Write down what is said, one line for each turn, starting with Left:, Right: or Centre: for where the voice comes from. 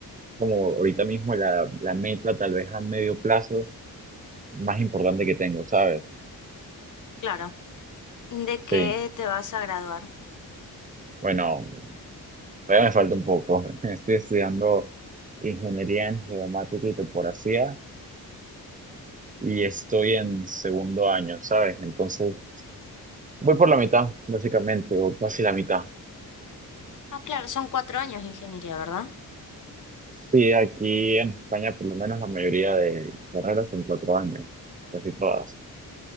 Right: Como ahorita mismo la, la meta, tal vez a medio plazo, más importante que tengo, ¿sabes?
Left: claro. ¿De
Right: Sí.
Left: qué te vas a graduar?
Right: Bueno, todavía me falta un poco. <laughs> Estoy estudiando ingeniería en geomática y topografía y estoy en segundo año, ¿sabes? Entonces, voy por la mitad, básicamente, o casi la mitad.
Left: Ah, claro, son cuatro años de ingeniería, ¿verdad?
Right: Sí, aquí en España, por lo menos la mayoría de carreras son cuatro años, casi todas.